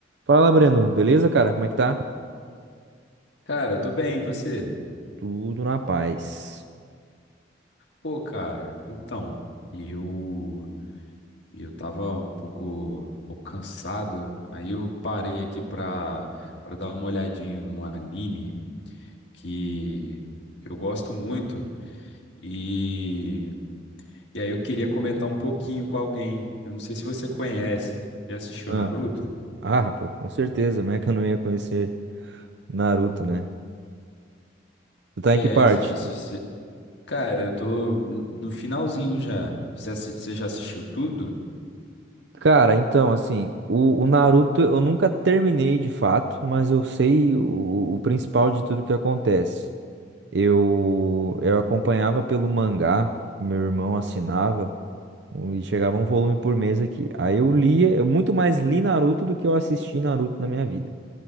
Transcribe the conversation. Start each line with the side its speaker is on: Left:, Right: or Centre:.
Right: Fala, Breno. Beleza, cara? Como é que tá?
Left: Cara, eu tô bem, e você?
Right: Tudo na paz.
Left: Pô, cara, então, eu eu tava um pouco, um pouco cansado, aí eu parei aqui pra, pra dar uma olhadinha num anime que, que eu gosto muito e, e aí eu queria comentar um pouquinho com alguém. Eu não sei se você conhece, já assistiu
Right: Ah,
Left: Naruto?
Right: ah, pô, com certeza. Como é que eu não ia conhecer Naruto, né? Tu tá
Left: É,
Right: em que parte?
Left: se- se- se- se- cara, eu tô no no finalzinho já. Você assi- você já assistiu tudo?
Right: Cara, então, assim, o, o Naruto eu nunca terminei de fato, mas eu sei o, o principal de tudo que acontece. Eu, eu acompanhava pelo mangá, meu irmão assinava, um- e chegava um volume por mês aqui. Aí eu lia, eu muito mais li Naruto do que eu assisti Naruto na minha vida.